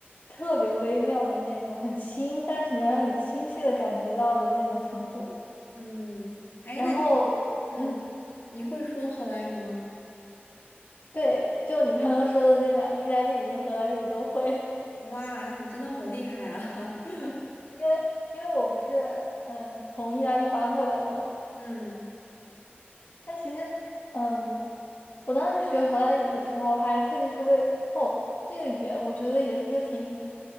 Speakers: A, on the left (about 45°); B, on the left (about 80°).
A: 特别微妙的那种，很轻，但是能让你清晰的感觉到的那种程度。
B: 嗯哎，
A: 然后，
B: 那你，嗯，
A: 嗯，
B: 你会说荷兰语吗？
A: 对，就你刚刚说的那两个意大利语跟荷兰语我都会，<laughs>
B: 哇，那你真的好厉害啊！<laughs>
A: 因为因为我不是嗯从意大利搬过来的嘛。
B: 嗯
A: 但其实，嗯，我当时学荷兰语的时候，还特地去为哦这个语言，我觉得也是个挺